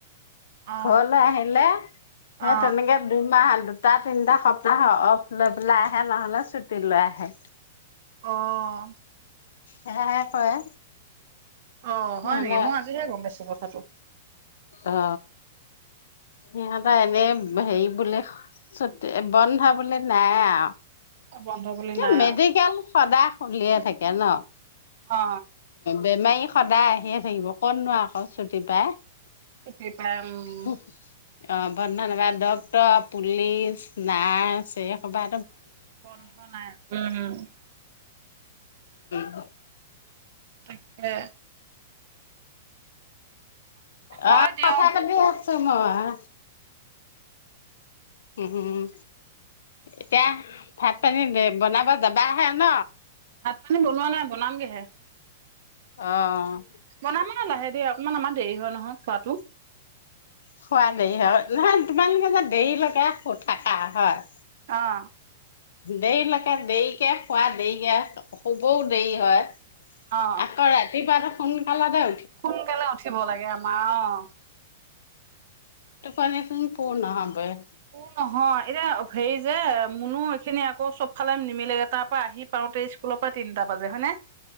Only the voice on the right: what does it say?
অ
অ
অ'
অ'
হয় নেকি মই আজিহে গম পাইছো কথাটো
বন্ধ বুলি নাই
আৰু।
অ
ছুটি পাই উম
বন্ধ নাই উম।
তাকে হয়
দিয়ক
ভাত পানী বনোৱা নাই বনাম গেহে।
মোনা মোনা লৈ আহে দেঅক। অকণমান আমাৰ দেৰি হয় নহয় খোৱাতটো।
অ'।
অ
সোনকালে উঠিব লাগে আমাৰ অ।
উ নহয় এতিয়া হেৰি যে মুনো এইখিনি আকৌ চব ফালে নিমিলে তাৰ পৰা আহি পাওঁতে স্কুলৰ পৰা তিনিটা বাজে হয় নে?